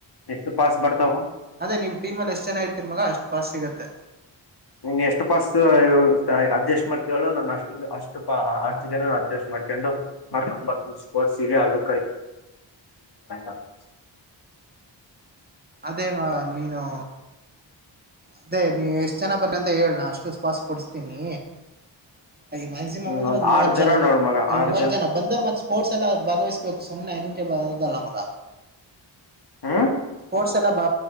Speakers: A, on the left; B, on the right.
A: ಎಷ್ಟು ಪಾಸ್ ಬರ್ತಾವ
B: ಅದೇ ನಿಮ್ ಟೀಮ್ ಅಲ್ಲಿ ಎಷ್ಟ ಜನ ಇರ್ತೀರ ಮಗ ಅಷ್ಟ್ ಪಾಸ್ ಸಿಗತ್ತೆ.
A: ನಿನ್ ಎಷ್ಟು ಪಾಸ್ ಅಡ್ಜಸ್ಟ್ ಮಾಡ್ತ ಹೇಳು ನಾನು ಅಷ್ಟ. ಅಷ್ಟು ಪ ಹಷ್ಟ ಜನ ಅಡ್ಜೆಸ್ಟ್ ಮಾಡ್ಕೊಂಡು. ಮರ್ ಬರ್ <unintelligible>
B: ಅದೇ ಏನು ನೀನು. ಅದೇ ನೀ ಎಷ್ಟ್ ಜನ ಬರ್ತೀರಾ ಅಂತ ಹೇಳು ಅಷ್ಟು ಪಾಸ್ ಕೊಡ್ಸ್ತೀನಿ. ಮಕ್ಸಿಮಮ್
A: ಹ್ಮ್
B: ಅಂದ್ರೆದ್
A: ಒಂದ್
B: ಮೂವತ್
A: ಆರ್
B: ಜನ
A: ನೋಡ್ ಮಗ
B: ಒಂದ್
A: ಆರ್
B: ಮೂವತ್ ಜನ ಬಂದರು ಮತ್ತತ್ ಸ್ಪೋರ್ಟ್ಸ್ ಎಲ್ಲ್ ಭಾಗವ ಸುಮ್ಮನೆ ಎಂಗಗೆ ಬಾರದಲ ಮಗ.
A: ಹ್ಮ್
B: ಸ್ಪೋರ್ಟ್ಸ್ ಎಲ್ಲಾ ಬ